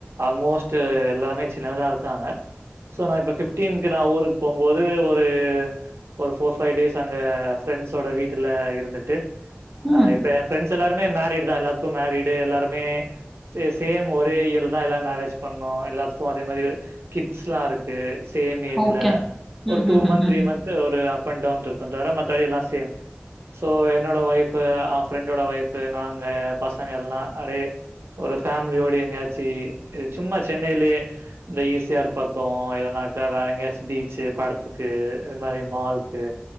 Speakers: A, on the right; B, in the centre.
A: ஆல்மோஸ்ட் எல்லாமே சென்னைலதா இருக் காங்க சோ நா இப்ப பிப்டீன்கு நா ஊருக்கு போம்போது ஒரு ஒரு ஃபோர் பைவ் டேஸ் அங்க ஃப்ரெண்ட்ஸோட வீட்டுல இருந்துட்டு அ
B: ம்.
A: இப்ப என் ஃப்ரெண்ட்ஸ் எல்லாருமே மேரிட் தா எல்லாத்துக்கும் மேரீடு எல்லாருமே சேம் ஒரே இயர்லதா எல்லாரு மேரேஜ் பண்ணோ எல்லாத்துக்கும் அதே மாறி கிட்ஸ் எல்லா இருக்கு சேம் ஏஜ்ல
B: ஓகே.
A: ஒரு
B: ம்ஹ்ஹ்ஹ்ம்.
A: டூ மந்த் த்ரீ மந்த் க்கு ஒரு அப் அண்ட் டவுன் இருக்கும் தவர மத்தபடி எல்லா சேம் சோ என்னோட ஒய்ஃபு அவ ஃப்ரெண்டோட ஒய்ஃப்பு நாங்க பசங்க எல்லா அப்டே ஒரு ஃபேமிலி யூனியன் எங்கயாச்சு சும்மா சென்னைலயே இந்த ஈ சி ஆர் பக்கோ இல்லன்னாக்க வேற எங்கேயாச்சு பீச்சு படத்துக்கு இது மாறி மால்கு